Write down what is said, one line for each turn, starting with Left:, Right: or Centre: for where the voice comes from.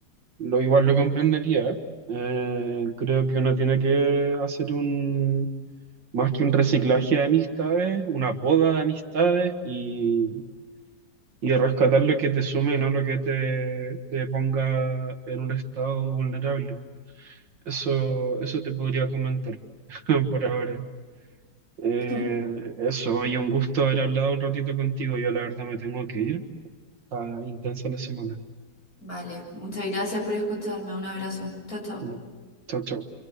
Right: lo igual lo comprendería. Eh, creo que uno tiene que hacer un más que un reciclaje de amistades, una poda de amistades y, y rescatar lo que te sume, no lo que te, te ponga en un estado vulnerable. Eso, eso te podría comentar <laughs> por ahora. Eh,
Left: <clears throat> <laughs>
Right: eso, y un gusto haber hablado un ratito contigo. Yo la verdad me tengo que ir. Está intensa la semana.
Left: Vale, muchas gracias por escucharme. Un abrazo. Chao, chao.
Right: No. Chao, chao.